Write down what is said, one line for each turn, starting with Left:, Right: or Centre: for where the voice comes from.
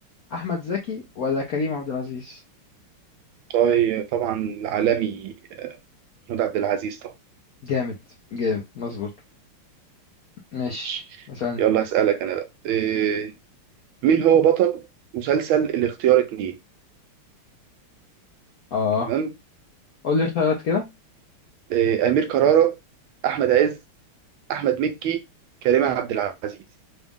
Left: احمد زكي ولا كريم عبد العزيز
Right: طيب طبعا العالمي محمود عبد العزيز طبعا
Left: جامد جامد مظبوط ماشي
Right: ماشي.
Left: مثلا
Right: يلا هسألك انا بقى إيه مين هو بطل مسلسل الاختيار اتنين
Left: اه
Right: تمام
Left: قول لي اختيارات كده
Right: إيه أمير كرارة احمد عز احمد مكي كريم عبد العزيز